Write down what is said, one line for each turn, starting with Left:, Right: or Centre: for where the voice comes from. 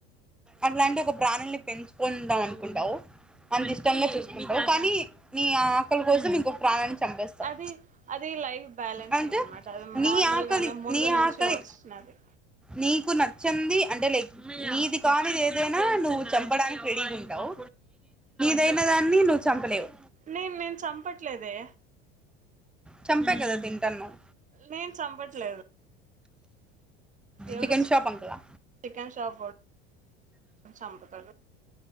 Centre: అట్లాంటి ఒక ప్రాణుల్ని పెంచుకుందాం అనుకుంటావు. అంత ఇష్టంగా చూసుకుంటారు కానీ నీ ఆకలి కోసం ఇంకొ ప్రాణా న్ని చంపేస్తావు
Right: అది అది లైఫ్ బ్యాలెన్సింగ్
Centre: అంటే
Right: అనమాట అది
Centre: నీ
Right: నార్మల్గానే
Centre: ఆక
Right: ముందు
Centre: నీ
Right: నుంచి
Centre: ఆకలి
Right: వచ్చినది
Centre: నీకు నచ్చని ంది అంటే నీది కాని ఏదైనా నువ్వు చంపడానికి రెడీగా ఉంటావు. దైన దాన్ని నువ్వు చంపలేవు.
Right: నేన్ నేను చంపట్లేదే
Centre: చంపే కదా తింటానవ్.
Right: నేను చంపట్లేదు ఎవరో
Centre: చికెన్ షాప్ అంకులా
Right: చికెన్ షాపోడు చంపుతాడు